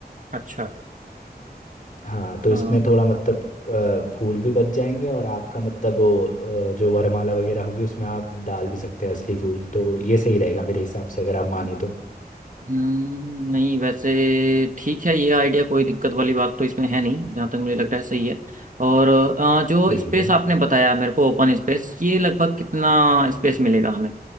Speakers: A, on the right; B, on the left.
A: अच्छा
B: हाँ तो
A: अ,
B: इसमें थोड़ा मतलब अ, फूल भी बच जाएंगे और आपका मतलब वो अ, जो वरमाला वगैरह होगी उसमें आप डाल भी सकते हैं असली फूल तो ये सही रहेगा मेरे हिसाब से अगर आप माने तो
A: हम्म नहीं वैसे ठीक है ये आइडिया कोई दिक्कत वाली बात तो इसमें है नहीं जहाँ तक मुझे लग रहा है सही है और अ, जो
B: ठीक
A: स्पेस
B: है
A: आपने बताया मेरे को ओपन स्पेस ये लगभग कितना स्पेस मिलेगा हमें